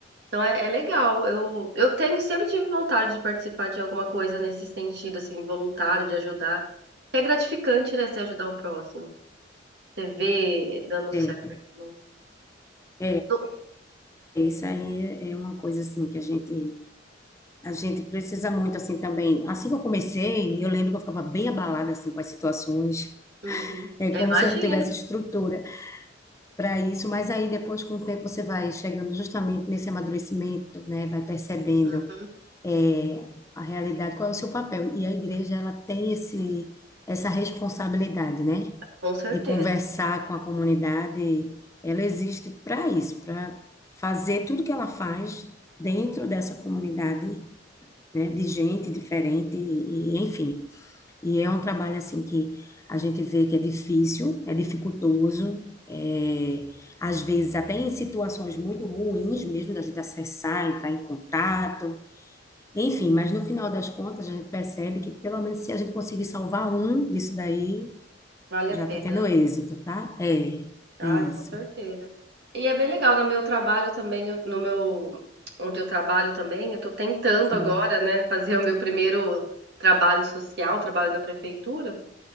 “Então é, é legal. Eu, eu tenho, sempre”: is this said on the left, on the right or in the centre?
Right